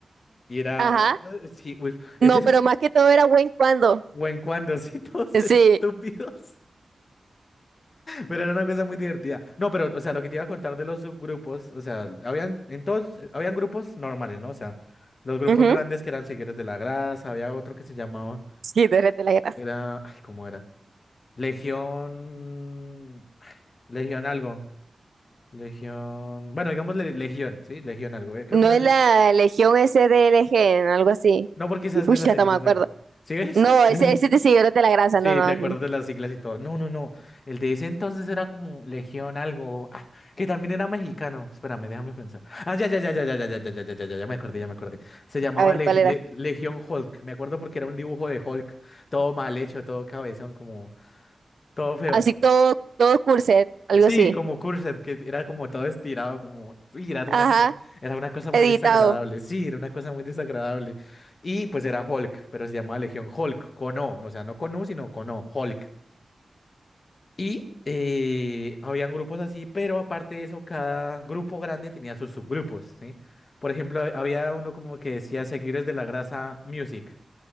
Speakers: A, on the left (about 45°); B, on the right (about 80°).
A: y era
B: ajá.
A: eh, sí, uy, ese
B: No,
A: es
B: pero más que todo era buen cuando.
A: when cuando, <laughs> sí, todos
B: Sí.
A: estúpidos. Pero era una cosa muy divertida. No, pero, o sea, lo que te iba a contar de los subgrupos, o sea, habían, en todos, eh, habían grupos normales, ¿no? O sea, los grupos
B: Ujú,
A: grandes que eran Seguidores de la Grasa, había otro que se llamaba,
B: Sí, derrete la grasa.
A: era, ay, ¿cómo era? Legión, Legión algo, Legión, bueno, digamos le- Legión, ¿sí? Legión algo, eh, creo
B: No
A: que era,
B: es
A: le-
B: la Legión S D L G algo así.
A: no, porque esa es
B: Pucha,
A: de las Seguidores
B: hasta me acuerdo.
A: de la... ¿Sí ves?
B: No, ese,
A: <laughs>
B: ese te siguió de la grasa,
A: Sí,
B: no, no.
A: te acuerdas de las siglas y todo. No, no, no. El de ese entonces era como Legión algo. Ah, que también era mexicano. Espérame, déjame pensar. Ah, ya, ya, ya, ya, ya, ya, ya, ya, ya, ya, ya, ya, ya me acordé, ya me acordé. Se llamaba
B: A ver,
A: Leg-
B: ¿cuál era?
A: Le- Legión Hulk. Me acuerdo porque era un dibujo de Hulk. Todo mal hecho, todo cabezón, como todo feo.
B: Así todo, todo corset, algo
A: Sí,
B: así.
A: como Cursed, que era como todo estirado, como. Uy, era
B: Ajá,
A: una cosa, era una cosa muy
B: editado.
A: desagradable. Sí, era una cosa muy desagradable. Y pues era Hulk, pero se llamaba Legión Hulk, con O. no, O sea, no con U, sino con O, Hulk. Y eh, habían grupos así, pero aparte de eso, cada grupo grande tenía sus subgrupos, ¿sí? Por ejemplo, ha- había uno como que decía seguidores de la grasa music,